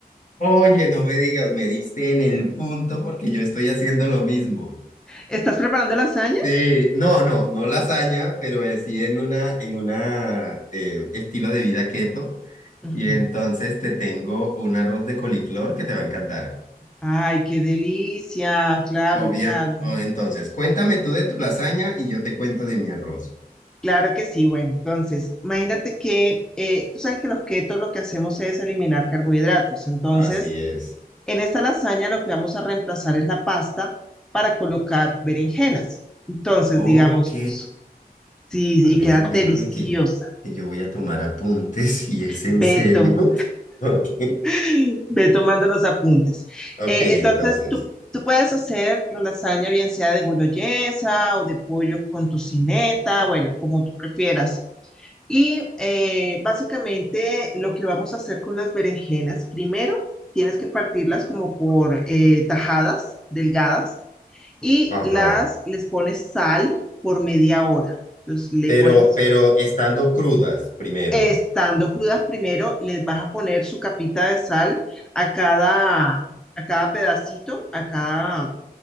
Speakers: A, on the left (about 50°); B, in the centre.
A: Oye, no me digas, me diste en el punto porque yo estoy haciendo lo mismo.
B: ¿Estás preparando lasaña?
A: Sí, no, no, no lasaña, pero eh, sí en una, en una eh, estilo de vida keto.
B: Ujú.
A: Y entonces te tengo un arroz de coliflor que te va a encantar.
B: Ay, qué delicia. Claro,
A: Obvia-
B: claro.
A: oh, entonces, cuéntame tú de tu lasaña y yo te cuento de mi arroz.
B: Claro que sí, bueno, entonces, imagínate que eh, tú sabes que los keto lo que hacemos es eliminar carbohidratos. Entonces,
A: Así es.
B: en esta lasaña lo que vamos a reemplazar es la pasta para colocar berenjenas. Entonces,
A: Ok.
B: digamos, sí, sí,
A: A
B: y
A: ver,
B: queda
A: déjame
B: deliciosa.
A: que, que yo voy a tomar apuntes <laughs> si es en
B: Ve,
A: serio.
B: toma-
A: <laughs> Ok.
B: <laughs> ve tomando los apuntes.
A: Ok,
B: Eh, entonces,
A: entonces.
B: tú, tú puedes hacer la lasaña bien sea de boloñesa o de pollo con tocineta, bueno, como tú prefieras. Y eh, básicamente lo que vamos a hacer con las berenjenas, primero tienes que partirlas como por eh, tajadas delgadas y
A: Ajá.
B: las les pones sal por media hora. Entonces le
A: Pero,
B: pones,
A: pero estando crudas primero.
B: estando crudas primero, les vas a poner su capita de sal a cada, a cada pedacito, a cada,